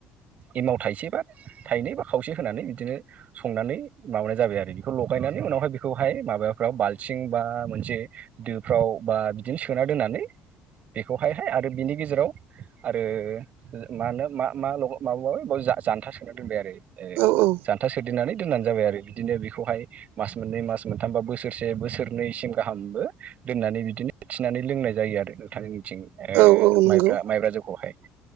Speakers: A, on the right (about 40°); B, on the right (about 85°).
A: एमाव थाइसे बा थाइनै बा खावसे होनानै बिदिनो संनानै माबानाय जाबाय आरो बेखौ लगायनाय माने उनाव‌ हाइ बेखौ‌ माबाफ्राव बालथि बा मोनसे दोफ्राव बिदिनो सो‌ सोना दोन्नानै बेखौहायहाय आरो बिनि गेजेराव आरो माहोनो मा मा मा ल जानथा सोना दोनबाय आरो ओ
B: औ औ
A: जानथा सोदेरनानै दोनबानो जाबाय आरो बिदिनो बेखौहाय मास मोननै मास मोनथामबा बोसोरसे बोसोरनैसिम गाहामबो दोननानै बिदिनो थिनानै लोंनाय जायो आरो नोंथां जोंनिथिं ओ
B: औ औ नंगौ
A: माइब्रा माइब्रा जौखौहाय ओ